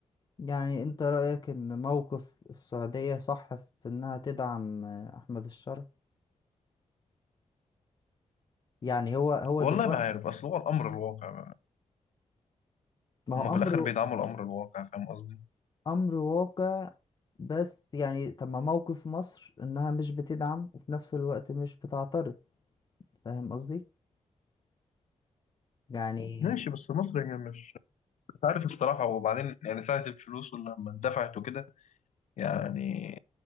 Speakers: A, on the left; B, on the left.
A: يعني انت رأيك ان موقف السعودية صح في انها تدعم آه، احمد الشرع يعني هو هو
B: والله
A: دلوقتي
B: ما عارف أصل هو الأمر الواقع
A: ما
B: هما
A: هو
B: في
A: امره
B: الآخر بيدعموا الأمر الواقع فاهم قصدي؟
A: امر واقع بس يعني طب ما موقف مصر انها مش بتدعم وفي نفس الوقت مش بتعترض فاهم قصدي يعني
B: ماشي بس مصر هي مش عارف الصراحة وبعدين يعني ساعة الفلوس ولما اتدفعت وكده يعني